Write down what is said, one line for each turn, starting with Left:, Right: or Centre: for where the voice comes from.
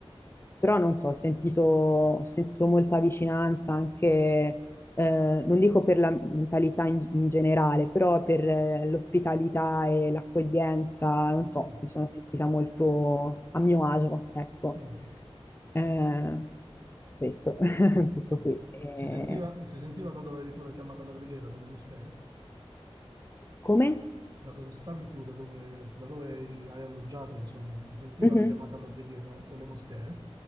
Left: Però non so, ho sentito, ho sentito
Right: sì,
Left: molta vicinanza anche, eh, non dico per la mentalità in, in generale, però per eh, l'ospitalità e l'accoglienza, non
Right: sì,
Left: so, mi sono sentita molto a mio agio, ecco.
Right: sì.
Left: Eh, questo, <laughs> tutto
Right: Mm.
Left: qui. Eh,
Right: Si sentiva, e si sentiva da dove eri tu la chiamata alla preghiera delle moschee?
Left: come?
Right: Da dove stavi tu, da dove, da dove hai alloggiato, insomma, si sentiva
Left: Mhm.
Right: la chiamata alla preghiera delle moschee?